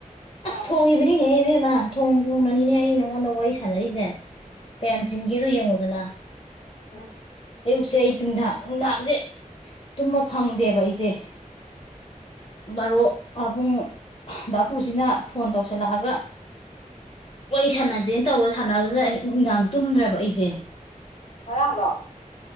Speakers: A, on the left (about 65°); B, on the left (about 40°).
A: ꯑꯥ
B: ꯑꯁ ꯊꯣꯡꯉꯤ <unintelligible> ꯊꯣꯡ ꯊꯣꯡꯅꯤꯅꯦ ꯑꯩꯅ ꯅꯉꯟꯗ ꯋꯔꯤ ꯁꯥꯟꯅꯔꯤꯁꯦ ꯀꯌꯥꯝ ꯆꯤꯡꯒꯦꯗꯣ ꯌꯦꯡꯉꯣꯗꯅ
A: ꯎꯝ
B: ꯑꯌꯨꯛꯁꯦ ꯌꯨꯝꯗ ꯅꯨꯡꯗꯥꯡꯁꯦ ꯇꯨꯝꯕ ꯐꯪꯗꯦꯕ ꯑꯩꯁꯦ ꯕꯥꯔꯣꯛ ꯑꯥꯕꯨꯡ ꯗꯥ ꯄꯨꯁꯤꯅ ꯐꯣꯟ ꯇꯧꯁꯤꯜꯂꯛꯑꯒ ꯋꯔꯤ ꯁꯥꯟꯅꯖꯦꯅ ꯇꯧꯕ ꯁꯥꯟꯅꯕꯗꯨꯗ ꯑꯩ ꯅꯨꯡꯗꯥꯡ ꯇꯨꯝꯗ꯭ꯔꯕ ꯑꯩꯁꯦ
A: ꯉꯔꯥꯡꯂꯣ